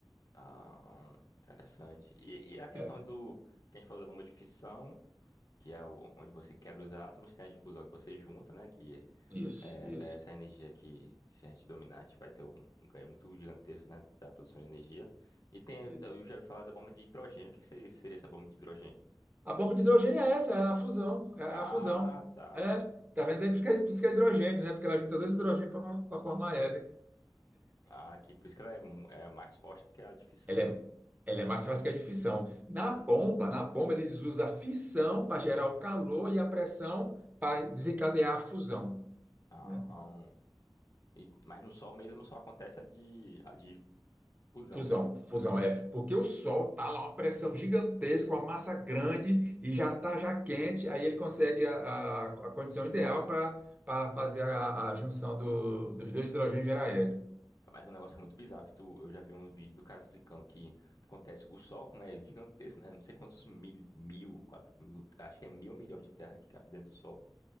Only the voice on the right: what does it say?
É,
isso,
isso,
isso.
A bomba de hidrogênio é essa, é a fusão. É
a fusão.
É, tá vendo aí? Por isso que é, por isso que é hidrogênio, né? Porque ela junta dois hidrogênios para formar hélio.
Ela
é, ela é mais fácil que a de fissão. Na bomba, na bomba, eles usam a fissão para gerar o calor e a pressão para desencadear a fusão.
né?
Fusão,
fusão é porque o Sol tá lá uma pressão gigantesca, uma massa grande e já tá já quente, aí ele consegue a, a, a condição ideal para para fazer a, a junção do- dos dois hidrogênios e gerar hélio.